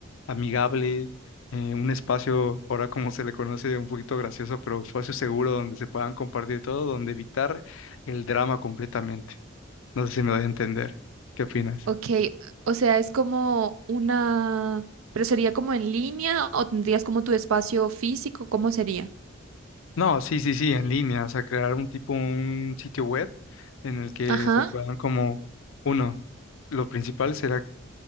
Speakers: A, on the left; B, on the right.
A: amigable, eh, un espacio, ahora como se le conoce, un poquito gracioso, pero espacio seguro donde se puedan compartir todo, donde evitar el drama completamente. No sé si me voy a entender. ¿Qué opinas?
B: Ok, o sea, es como una, pero sería como en línea o tendrías como tu espacio físico, ¿cómo sería?
A: No, sí, sí, sí, en línea, o sea, crear un tipo, un sitio web en el que
B: Ajá,
A: se puedan como, no, lo principal será